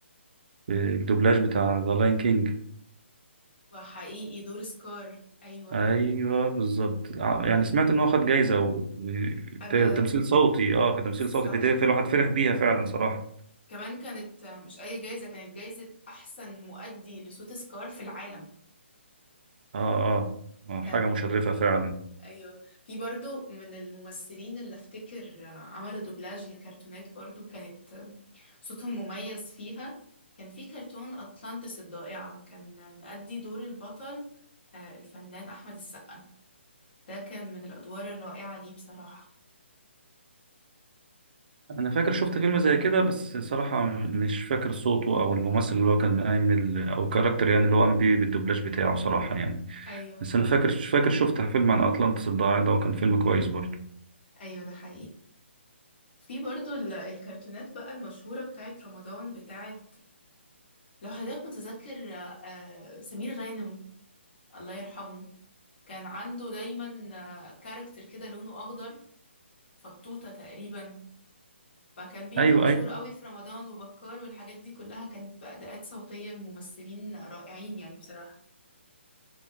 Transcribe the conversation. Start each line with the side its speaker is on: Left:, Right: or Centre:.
Right: الدوبلاج بتاع ذا لاين كينج
Left: وحقيقي دور سكار أيوة
Right: ايوه بالظبط ع- يعني سمعت ان هو خد جايزة و-
Left: أنا
Right: وتمثيل صوتي اه كتمثيل
Left: صح
Right: صوتي في في الواحد فرح بيها فعلا صراحة
Left: كمان كانت مش أي جايزة كانت جايزة أحسن مؤدي لصوت سكار في العالم
Right: اه اه آه،
Left: كان
Right: حاجة مشرفة فعلا
Left: أيوة في برضو من الممثلين اللي أفتكر عملوا دوبلاج لكرتونات برضو كانت صوتهم مميز فيها كان في كرتون أطلانتس الضائعة كان مؤدي دور البطل آه، الفنان أحمد السقا ده كان من الأدوار الرائعة ليه بصراحة
Right: انا فاكر شفت فيلم زي كده بس صراحة م- مش فاكر صوته او الممثل اللي هو كان قايم ال- او الكاركتر يعني اللي هو قام بيه بالدوبلاج بتاعه صراحة يعني
Left: أيوة
Right: بس انا فاكر فاكر شفت فيلم عن اطلانتس الضايع ده وكان فيلم كويس برضه
Left: أيوة ده حقيقي في برضو ال- الكرتونات بقى المشهورة بتاعت رمضان بتاعت لو حضرتك متذكر آه، سمير غانم الله يرحمه كان عنده دايما كاركتر كده لونه أخضر فطوطة تقريبا فكان بيبقى
Right: ايوه
Left: مشهور
Right: ايوه
Left: قوي في رمضان وبكار والحاجات دي كلها كانت بأداءات صوتية الممثلين رائعين يعني بصراحة